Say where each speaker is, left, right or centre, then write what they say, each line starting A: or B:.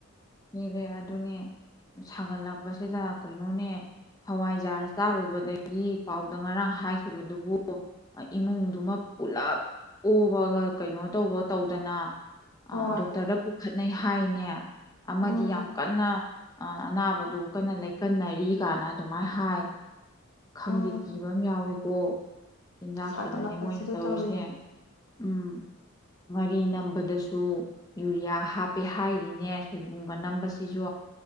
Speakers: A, on the left; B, on the left.
A: <unintelligible> ꯑꯗꯨꯅꯦ ꯁꯥꯒꯠꯂꯛꯄꯁꯤꯗ ꯀꯩꯅꯣꯅꯦ ꯍꯋꯥꯏꯖꯥꯔ ꯆꯥꯔꯨꯕꯗꯒꯤ ꯄꯥꯎꯗ ꯉꯔꯥꯡ ꯍꯥꯏꯈꯤꯕꯗꯨꯕꯨ ꯏꯃꯨꯡꯗꯨꯃ ꯄꯨꯂꯞ ꯑꯣꯕꯒ ꯀꯩꯅꯣ ꯇꯧꯕ ꯇꯧꯗꯅ ꯑ
B: ꯍꯣꯏ
A: ꯗꯣꯛꯇꯔꯗ ꯄꯨꯈꯠꯅꯩ ꯍꯥꯏꯅꯦ ꯑꯃꯗꯤ
B: ꯎꯝ
A: ꯌꯥꯝ ꯀꯟꯅ ꯑꯅꯥꯕꯗꯨ ꯀꯟꯅ ꯂꯩꯀꯟꯅꯔꯤ ꯒꯥꯅ ꯑꯗꯨꯃꯥꯏꯅ ꯍꯥꯏ ꯈꯪꯗꯦ
B: ꯎꯝ
A: ꯀꯤꯕ ꯑꯃ ꯌꯥꯎꯏꯀꯣ ꯆꯤꯟꯖꯥꯛꯁꯤꯗꯅꯦ
B: ꯁꯥꯒꯠꯂꯛꯄꯁꯤꯗ
A: ꯃꯣꯏꯅ ꯇꯧꯔꯤꯁꯦ
B: ꯇꯧꯔꯤꯅꯤ
A: ꯎꯝ ꯉꯥꯔꯤ ꯅꯝꯕ ꯗꯁꯨ ꯌꯨꯔꯤꯌꯥ ꯍꯥꯞꯄꯦ ꯍꯥꯏꯔꯤꯅꯦ ꯁꯣꯏꯕꯨꯝꯒ ꯅꯝꯕꯁꯤꯁꯨ